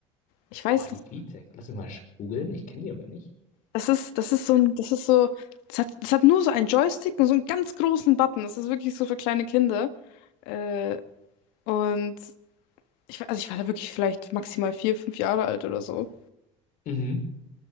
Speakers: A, on the left; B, on the left.
A: Ich weiß
B: Boah, die
A: nicht.
B: VTech, lass mich mal googeln, ich kenne die aber nicht.
A: Das ist, das ist so ein, das ist so, das hat, das hat nur so einen Joystick und so einen ganz großen Button. Das ist wirklich so für kleine Kinder. Äh, und ich, war- also ich war da wirklich vielleicht maximal vier, fünf Jahre alt oder so.
B: Mhm.